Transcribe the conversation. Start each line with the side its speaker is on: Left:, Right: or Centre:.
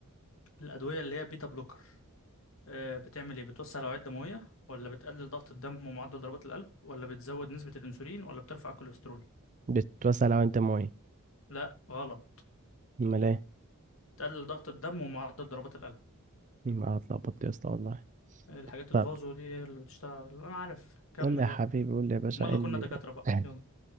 Left: الادويه اللي هي بيتا بلوكر آه بتعمل ايه بتوسع الاوعيه الدمويه ولا بتقلل ضغط الدم ومعدل ضربات القلب ولا بتزود نسبه الانسولين ولا بترفع الكوليسترول
Right: بتتوسع لو أنت ميه
Left: لا غلط
Right: أمال إيه
Left: بتقلل ضغط الدم ومعدل ضربات القلب
Right: ما اتلخبطت يا اسطى والله
Left: الحاجات الفازو
Right: طب
Left: دي هي اللي بتشتغل على- انا عارف كمل
Right: قول لي يا
Left: يلا
Right: حبيبي قول لي يا باشا
Left: امال
Right: ايه
Left: لو
Right: اللي
Left: كنا دكاتره بقى
Right: <clears throat> <laughs>
Left: يلا